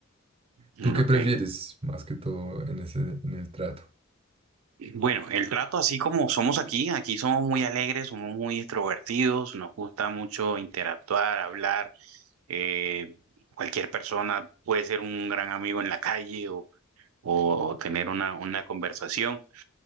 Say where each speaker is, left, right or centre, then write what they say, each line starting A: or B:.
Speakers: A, on the right (about 90°); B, on the right (about 25°).
A: Mm,
B: ¿Tú qué prefieres
A: Ok.
B: más que todo en ese, en el trato?
A: Bueno, el trato así como somos aquí, aquí somos muy alegres, somos muy extrovertidos, nos gusta mucho interactuar, hablar. eh, cualquier persona puede ser un gran amigo en la calle o, o tener una, una conversación.